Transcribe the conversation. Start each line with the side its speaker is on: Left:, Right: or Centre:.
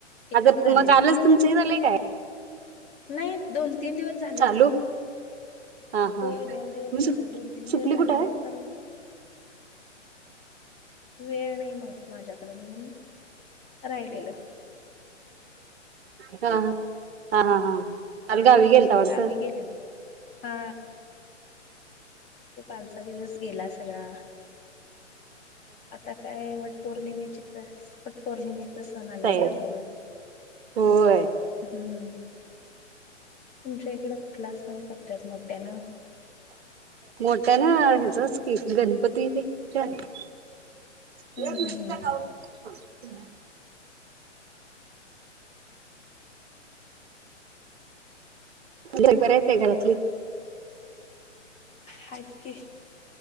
Left: एकच
Right: आग
Left: झालेला
Right: म कालच तुमच हे झालंय? काय
Left: नाही दोन तीन दिवस झालं,
Right: चालू हा हा
Left: होय दोन दिवस
Right: मी
Left: झालं,
Right: सु
Left: दोन तीन दिवस
Right: सुपली
Left: झालं
Right: कुठे आहे
Left: खरं. वेळ नाही मग माझ्याकडं, म्हणून राहिलेलं.
Right: हा ह हा हा हा काल गावी गेलता वाटतं
Left: गावी गेलेली, हा तो कालचा दिवस गेला सगळा, आता काय वट पौर्णिमेची वट पौर्णिमेचा सण आलाय
Right: तयारी
Left: ना जवळ,
Right: होय
Left: हम्म तुमच्या इकडं कुठला सण करतात मोठ्यानं?
Right: मोठ्या ना, हेचच गणपती ते <unintelligible>
Left: हम्म
Right: हे गोष्टी
Left: हम्म
Right: कावडते <inaudible> घर बरच आहे घरातली.
Left: हाईत की